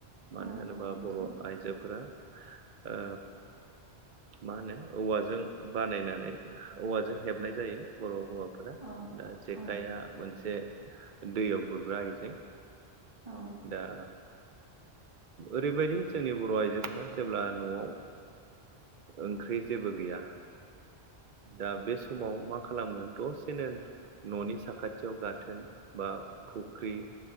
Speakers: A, on the right (about 55°); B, on the right (about 35°).
A: मानो
B: औ
A: होनोबा
B: नंगौ नोंथां
A: बर' आइजोफोरा ओ मा होनो औवाजों बानायनानै औवाजों हेबनाय जायो बर' हौवा फोरा
B: औ
A: दा जेखाइआ
B: औ
A: मोनसे दैयाव गुरग्रा आइजें
B: औ
A: दा ओरैबायदि जोंनि बर' आइजोफोरा जेब्ला न'आव ओंख्रि जेबो गैया दा बे समाव मा खालामगोन दस सेनो न'नि साखाथियाव गाथोन बा फुख्रि